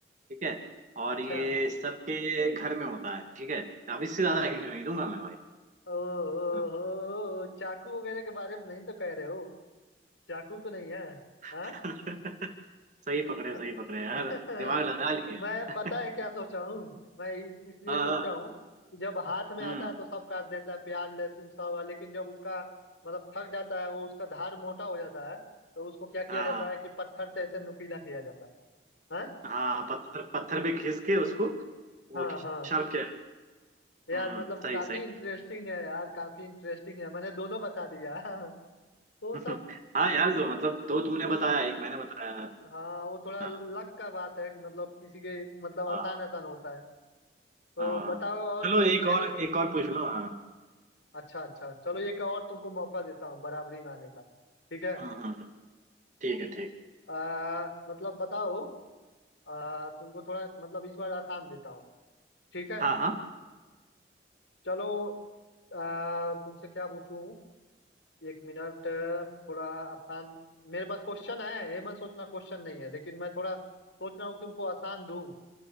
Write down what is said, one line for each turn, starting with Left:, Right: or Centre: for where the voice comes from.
Right: ठीक है और
Left: अच्छा
Right: ये सबके घर में होता है ठीक है अब इससे ज्यादा हिंट नहीं दूंगा मैं भाई
Left: ओ,
Right: हाँ
Left: हो चाकू वगैरह के बारे में नहीं तो कह रहे हो चाकू तो नहीं है हाँ
Right: <laughs> सही पकड़े
Left: हाँ?
Right: सही पकड़े यार
Left: <laughs>
Right: दिमाग लगा लिए
Left: मैं
Right: <laughs>
Left: पता है क्या सोचा हूँ मैं इस, इसलिए
Right: हाँ
Left: सोचा
Right: हाँ,
Left: हूँ कि जब हाथ में
Right: हम्म
Left: आता है तो सब काट देता है प्याज लहसुन सब लेकिन जब उसका मतलब थक जाता है वो उसका धार मोटा हो जाता है तो उसको क्या किया
Right: हाँ
Left: जाता है कि पत्थर से ऐसे नुकीला किया जाता है हाँ
Right: हाँ पत्थर पत्थर पे घिस के उसको
Left: हाँ
Right: वो
Left: हाँ
Right: शार्प किया
Left: यार
Right: हम्म
Left: मतलब
Right: सही
Left: काफी
Right: सही
Left: इंटरेस्टिंग है यार काफी इंटरेस्टिंग है मैंने दोनों बता दिया <laughs> तो
Right: <laughs>
Left: सब
Right: हाँ यार
Left: उस
Right: जो मतलब दो तुमने
Left: उस
Right: बताया एक मैंने बताया
Left: हाँ वो थोड़ा
Right: हाँ
Left: लक का बात है कि मतलब किसी के मतलब आसान
Right: हाँ
Left: आसान होता है तो
Right: हाँ
Left: बताओ और
Right: चलो एक
Left: खेल
Right: और एक और पूछ लो हाँ
Left: अच्छा अच्छा चलो एक और तुमको मौका देता हूँ बराबरी में आने का ठीक है
Right: हम्म हम्म, हम्म। ठीक है ठीक
Left: आ, मतलब बताओ आ, तुमको थोड़ा मतलब इस बार आसान देता हूँ ठीक है
Right: हाँ हाँ
Left: चलो आ, तुमसे क्या पूछूं एक मिनट थोड़ा आसान मेरे पास क्वेश्चन है ये मत सोचना क्वेश्चन नहीं है लेकिन मैं थोड़ा सोच रहा हूँ तुमको आसान दूं